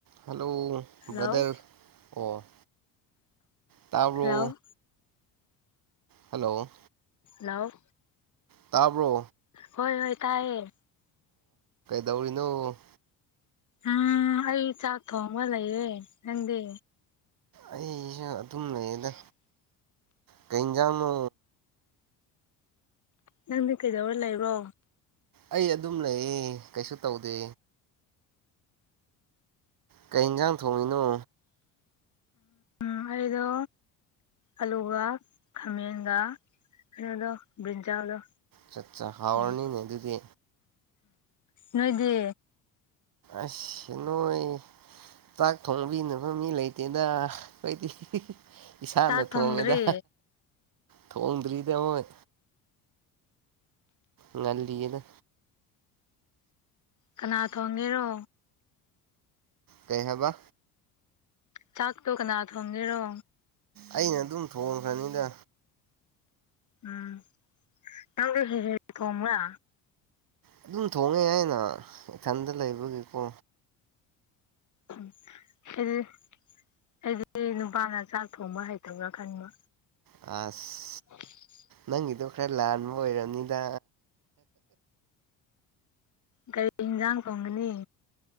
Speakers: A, on the right; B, on the left.
A: hello
B: hello
A: ꯕꯗꯔ ꯑꯣ ꯇꯕ꯭ꯔꯣ
B: hello
A: hello
B: hello
A: ꯇꯕ꯭ꯔꯣ
B: ꯍꯣꯏ ꯍꯣꯏ ꯇꯥꯏꯌꯦ
A: ꯀꯩꯗꯧꯔꯤꯅꯣ
B: ꯎꯝ ꯑꯩ ꯆꯥꯛ ꯊꯣꯡꯕ ꯂꯩꯌꯦ ꯅꯪꯗꯤ
A: ꯑꯩꯁꯨ ꯑꯗꯨꯝ ꯂꯩꯌꯦꯗ ꯀꯩ ꯏꯟꯖꯥꯡꯅꯣ
B: ꯅꯪꯗꯤ ꯀꯩꯗꯧꯔ ꯂꯩꯕ꯭ꯔꯣ
A: ꯑꯩ ꯑꯗꯨꯝ ꯂꯩꯌꯦ ꯀꯩꯁꯨ ꯇꯧꯗꯦ ꯀꯩ ꯏꯟꯖꯥꯡ ꯊꯣꯡꯉꯤꯅꯣ
B: ꯎꯝ ꯑꯩꯗꯣ ꯑꯂꯨꯒ ꯈꯥꯃꯦꯟꯒ ꯀꯩꯅꯣꯗꯣ ꯕ꯭ꯔꯤꯟꯖꯥꯜꯗꯣ
A: ꯆꯠ ꯆꯥ ꯍꯥꯎꯔꯅꯤꯅꯦ
B: ꯎꯝ
A: ꯑꯗꯨꯗꯤ
B: ꯅꯣꯏꯗꯤ
A: ꯑꯁ ꯅꯣꯏ ꯆꯥꯛ ꯊꯣꯡꯕꯤꯅꯕ ꯃꯤ ꯂꯩꯇꯦꯗ ꯑꯩꯈꯣꯏꯗꯤ ꯏꯁꯥꯅ
B: ꯆꯥꯛ ꯊꯣꯡꯗ꯭ꯔꯤ
A: ꯊꯣꯡꯉꯦꯗ ꯊꯣꯡꯗ꯭ꯔꯤꯗ ꯍꯣꯏ ꯉꯜꯂꯤꯗ
B: ꯀꯅꯥ ꯊꯣꯡꯒꯦꯔꯣ
A: ꯀꯩ ꯍꯥꯏꯕ
B: ꯆꯥꯛꯇꯣ ꯀꯅꯥ ꯊꯣꯡꯒꯦꯔꯣ
A: ꯑꯩꯅ ꯑꯗꯨꯝ ꯊꯣꯡꯈ꯭ꯔꯅꯤꯗ
B: ꯎꯝ ꯅꯪꯗꯨ ꯍꯦ ꯍꯦꯛ ꯊꯣꯡꯕ꯭ꯔꯥ
A: ꯑꯗꯨꯝ ꯊꯣꯡꯉꯦ ꯑꯩꯅ ꯏꯊꯟꯗ ꯂꯩꯕꯒꯤꯀꯣ
B: <unintelligible> ꯑꯩꯗꯤ ꯅꯨꯄꯥꯅ ꯆꯥꯛ ꯊꯣꯡꯕ ꯍꯩꯇꯕ꯭ꯔꯥ ꯈꯟꯕ
A: ꯑꯁ
B: <inaudible>
A: ꯅꯪꯒꯤꯗꯣ ꯈꯔ ꯂꯥꯟꯕ ꯑꯣꯏꯔꯝꯅꯤꯗ
B: ꯀꯔꯤ ꯍꯤꯟꯖꯥꯡ ꯊꯣꯡꯒꯅꯤ